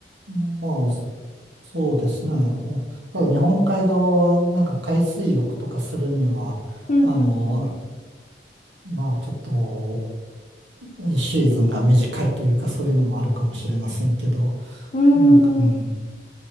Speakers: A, on the right; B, on the left.
A: まあ、そうですね。おただ、日本海側は、なんか海水浴とかするには、
B: うんうん
A: あの、まあ、ちょっと、シーズンが短いというか、そういうのもあるかもしれませんけど、
B: うん。
A: なんか、うん、
B: うーん、